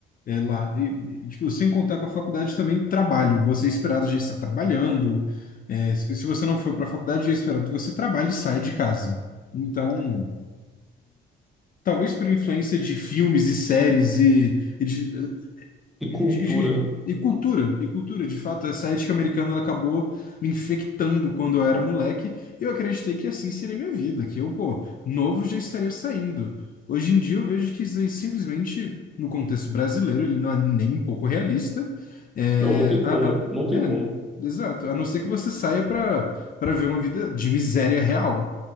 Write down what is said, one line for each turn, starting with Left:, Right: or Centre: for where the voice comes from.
Left: é lá. E, e, tipo, sem contar com a faculdade também, trabalho. Você é esperado de estar trabalhando, é, se se você não for para a faculdade, é esperado que você trabalhe e saia de casa. Então. Talvez por influência de filmes e séries e, e, de,
Centre: E cultura?
Left: e, de- de- e cultura, e cultura, de fato, essa ética americana ela acabou me infectando quando eu era moleque, e eu acreditei que assim seria a minha vida, que eu, pô, novo já estaria saindo. Hoje em dia eu vejo que isso aí simplesmente, no contexto brasileiro, ele não é nem um pouco realista. É,
Centre: Não, não tem como,
Left: a- a-
Centre: não tem
Left: é,
Centre: como.
Left: exato, a não ser que você saia para para ver uma vida de miséria real,